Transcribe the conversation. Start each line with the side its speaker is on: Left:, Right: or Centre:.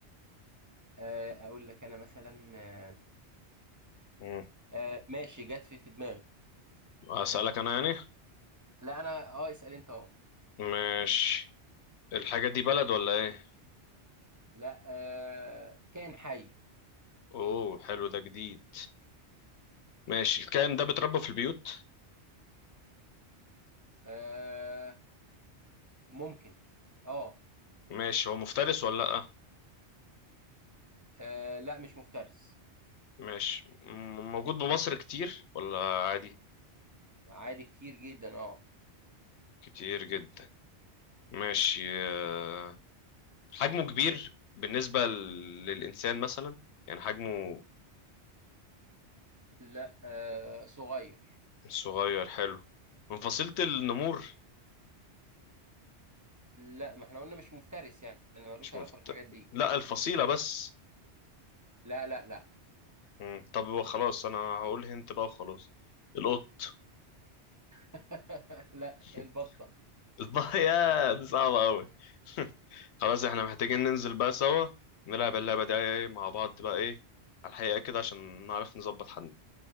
Right: آه، اقول لك انا مثلا آه،
Left: مم.
Right: آه، ماشي جت في في دماغي
Left: اسألك انا يعني
Right: لا انا اه اسال انت اه
Left: مش الحاجة دي بلد ولا ايه
Right: لا آه، كائن حي
Left: اوه حلو ده جديد ماشي الكائن ده بيتربى في البيوت
Right: آه، ممكن اه
Left: ماشي هو مفترس ولا لأ
Right: آه، لا مش مفترس
Left: ماشي م- موجود بمصر كتير ولا عادي
Right: عادي كتير جدا اه
Left: كتير جدا ماشي آه، حجمه كبير بالنسبة ل- للإنسان مثلا يعني حجمه
Right: لا آه، صغير
Left: صغير حلو من فصيلة النمور
Right: لا ما احنا قلنا مش مفترس يعني ملوش
Left: مش
Right: علاقة
Left: مفت...
Right: بالحاجات دي
Left: لا الفصيلة بس
Right: لا لا لا
Left: مم، طب خلاص أنا هقول هنت بقى وخلاص القط
Right: <laughs> لا
Left: <laughs>
Right: البطة
Left: الب- يا دي صعبة أوي <laughs> خلاص احنا محتاجين ننزل بقى سوا نلعب اللعبة دي مع بعض بقى ايه على الحقيقة كده عشان نعرف نظبط حد